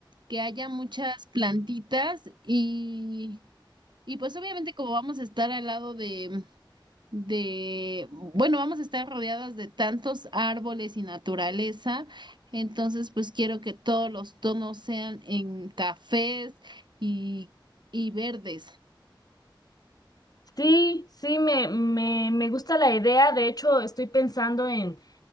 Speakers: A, on the right (about 60°); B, on the left (about 50°).
A: que haya muchas plantitas y, y pues obviamente como vamos a estar al lado de, de, bueno, vamos a estar rodeadas de tantos árboles y naturaleza, entonces pues quiero que todos los tonos sean en cafés y, y verdes.
B: Sí, sí, me, me, me gusta la idea. De hecho, estoy pensando en